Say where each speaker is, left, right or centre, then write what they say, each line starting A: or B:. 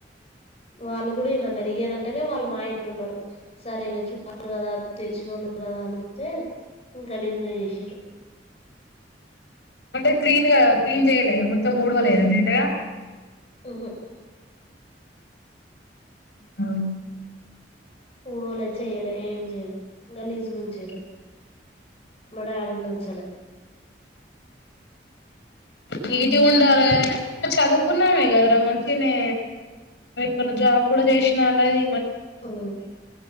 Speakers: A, on the left; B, on the left.
A: వాళ్ళు కూడా ఇయానన్నారు. ఇయానంటేనే వాళ్ళు మా ఇంట్లో ఉన్నారు. సరే చుట్టాలు కదా తెలిసినోళ్ళు కదా అని పిలితే గలీజు చిరు
B: అంటే క్లీన్గా క్లీన్ చేయలేదా మొత్తం ఊడవలేదంట కాద
A: ఉహు
B: హ్మ్
A: ఊడవలే చెయలే ఏం చెయ్యలే గలీజుగుంచారు. మా డాడీకి నచ్చలే
B: నీట్ గు ఉండాలి గానీ ఆమె చదువుకున్నామే కదరా మంచిగానే కొన్ని జాబ్ కూడా చేసినా అన్నది.
A: ఉ